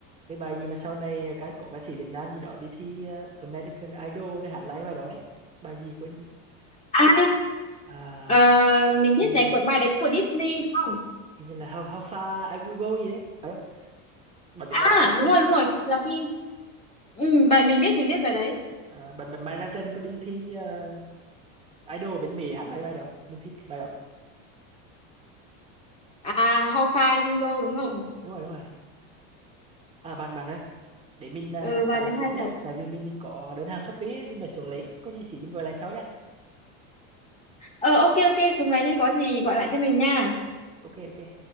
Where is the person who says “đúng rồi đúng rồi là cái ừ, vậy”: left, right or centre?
Left